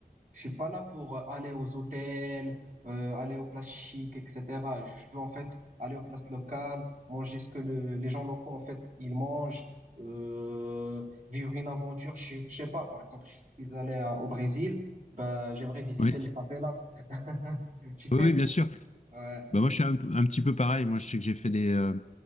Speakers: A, on the right (about 50°); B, on the left (about 45°).
A: Je suis pas là pour euh, aller aux hôtels, euh, aller aux places chics, etc. Je veux en fait aller aux places locales, manger ce que le- les gens locaux, en fait, ils mangent, euh, vivre une aventure. Je, je sais pas, par exemple, je suis allé à- au Brésil, ben, j'aimerais visiter
B: Oui,
A: les favelas. <laughs> Tu
B: oui,
A: sais?
B: oui, bien sûr.
A: Ouais,
B: Bah, moi, je suis un, un petit peu pareil. Moi, je sais que j'ai fait des. euh,